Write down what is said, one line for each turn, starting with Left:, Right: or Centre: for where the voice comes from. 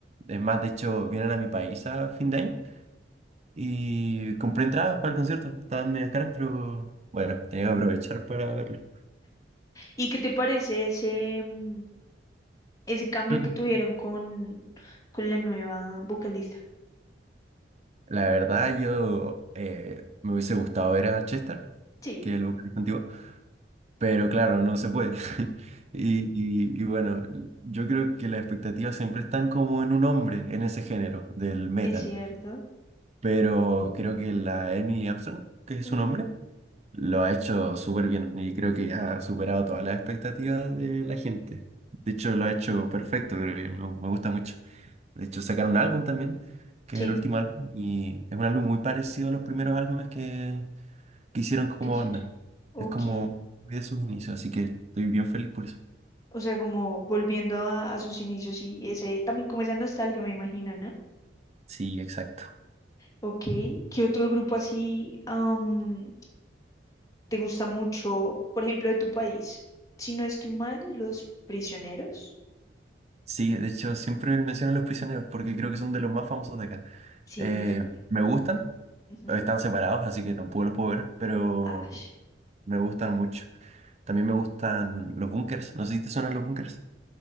Right: Es más, de hecho, vienen a mi país a fin de año. Y compré entradas para el concierto. Estaban medias caras, pero bueno, tenía que aprovechar para verlo.
Left: ¿Y qué te parece ese, mm, ese cambio
Right: <clears throat>
Left: que tuvieron con, con la nueva vocalista?
Right: La verdad, yo eh, me hubiese gustado ver a Chester,
Left: Sí,
Right: que es el vocalista antiguo, pero claro, no se puede. <laughs> Y, y- y bueno, yo creo que las expectativas siempre están como en un hombre, en ese género del metal,
Left: es cierto.
Right: pero creo que la Amy Armstrong, que es
Left: Ujú,
Right: su nombre, Lo ha hecho súper bien y creo que ha superado todas las expectativas de la gente. De hecho, lo ha hecho perfecto, creo que me, me gusta mucho. De hecho, sacaron un álbum también, que
Left: Sí,
Right: es el último álbum, y es un álbum muy parecido a los primeros álbumes que, que hicieron como
Left: quisiera.
Right: banda.
Left: Ok.
Right: Es como de sus inicios, así que estoy bien feliz por eso.
Left: O sea, como volviendo a, a sus inicios y ese, también como esa nostalgia, me imagino, ¿no?
Right: Sí, exacto.
Left: Ok. ¿Qué otro grupo así am, te gusta mucho? Por ejemplo, de tu país. Si no estoy mal, Los Prisioneros.
Right: Sí, de hecho, siempre menciono a Los Prisioneros porque creo que son de los más famosos de acá.
Left: Sí.
Right: Eh, me gustan,
Left: ujú,
Right: están separados, así que tampoco los puedo ver, pero
Left: ash.
Right: me gustan mucho. También me gustan los bunkers. No sé si te suenan los bunkers.